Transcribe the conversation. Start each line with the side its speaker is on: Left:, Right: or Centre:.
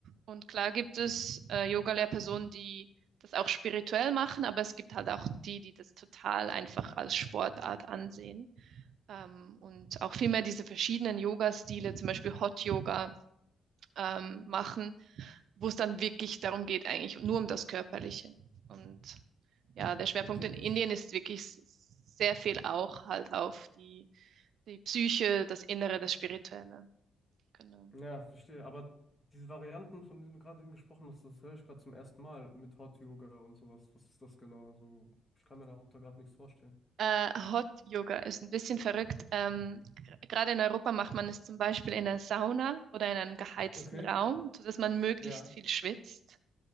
Right: Und klar gibt es äh, Yoga-Lehrpersonen, die das auch spirituell machen, aber es gibt halt auch die, die das total einfach als Sportart ansehen. Ähm, und auch vielmehr diese verschiedenen Yoga-Stile, zum Beispiel Hot Yoga ähm, machen, wo es dann wirklich darum geht, eigentlich nur um das Körperliche. Und ja, der Schwerpunkt
Left: Okay,
Right: in
Left: das.
Right: Indien ist wirklich sehr viel auch halt auf die, die Psyche, das Innere, das Spirituelle. Genau.
Left: Ja, verstehe. Aber diese Varianten, von denen du gerade eben gesprochen hast, das höre ich gerade zum ersten Mal mit Hot Yoga und sowas. Was ist das genau? Also, ich kann mir darunter gerade nichts vorstellen.
Right: Äh, Hot Yoga ist ein bisschen verrückt. Ähm, gr- gerade in Europa macht man es zum Beispiel in einer Sauna oder in einem geheizten
Left: Okay,
Right: Raum, sodass man möglichst
Left: ja,
Right: viel schwitzt.